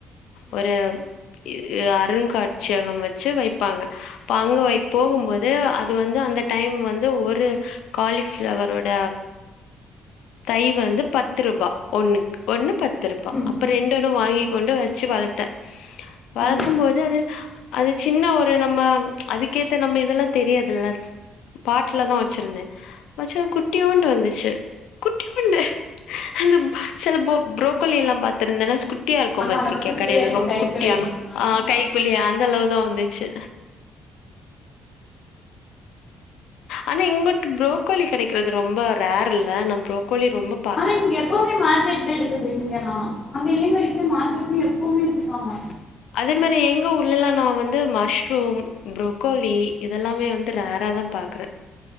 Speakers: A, on the left; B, on the left.
A: ம்
B: ஒரு இது எ அருங்காட்சியகம் வச்சு வைப்பாங்க அப்ப அங்க வை
A: ம்
B: போகும்போது அது வந்து அந்த டைம் வந்து ஒரு காலிஃப்ளவரோட தை வந்து பத்து ரூபா ஒன்னு ஒன்னு பத்து ரூபா
A: ம்
B: அப்பற ரெண்டோட வாங்கிக் கொண் டு வச்சு வளத்த வளக்கும்
A: ம்
B: போது அது அது சின்ன ஒரு நம்ம அதுக்கேத்த நம்ம இதெல்லா தெரியாதுல்ல. பாட்லதா வ ச்சிருந்தே வச்சா குட்டியோண்டு வந்துச்சு குட்டியோண்டு அந்த சில பொ புரோக்கலி எல்லா பாத்திருந்தேனா ஸ்குட் குட்டியா இருக்கும்
A: ஆமா
B: பத்திரிக்கையா
A: ரொம்ப குட்டியா
B: டியாருக்கு
A: இருக்கு
B: பாத்துருக்கியா கடைல ரொம்ப
A: கைக்குள்ளயே
B: குட்டியா
A: ஆமா
B: ஆ கைக்குல்லியே அந்த அளவுதா வந்துச் ச்சு ஆனா இங்கட்டு புரோக்கோலி கெடைக்கிறது ரொம்ப ரேர் இல்ல நா புரோக்கோலி ரொம்பொ
A: ல்ல இங்க எப்பவுமே மார்க்கெட்ல இருக்குது இங்கலா அங்கேல்லையு கெடைக்குது மார்க்கெட்லயு எப்பவுமே எத்துக்குவாங்க
B: அதே மாரி எங்க ஊர்லல்லா நா வந்து மஷ்ரூம் புரகோலி இதெல்லாமே வந்து ரேறா தா பாக்குற